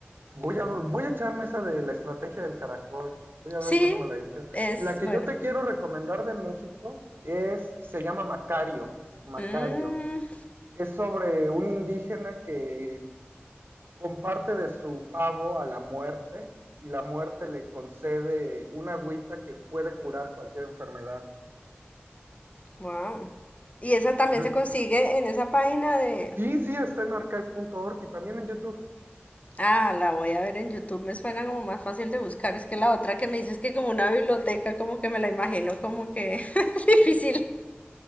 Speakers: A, on the right; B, on the left.
A: voy a, voy a echarme esa de la estrategia del caracol. Voy a
B: Sí,
A: ver cuándo me la he hecho.
B: es
A: La que
B: buena.
A: yo te quiero recomendar de México es, se llama Macario. Macario.
B: Mm,
A: Es sobre un indígena que comparte de su pavo a la muerte y la muerte le concede una agüita que puede curar cualquier enfermedad.
B: wow. Y esa también
A: Pero
B: se
A: es-
B: consigue en esa página de...
A: sí, sí, está en archive.org y también en YouTube.
B: Ah, la voy a ver en YouTube, me suena como más fácil de buscar. Es que la otra que me dices que como una biblioteca, como que me la imagino como que <laughs> difícil.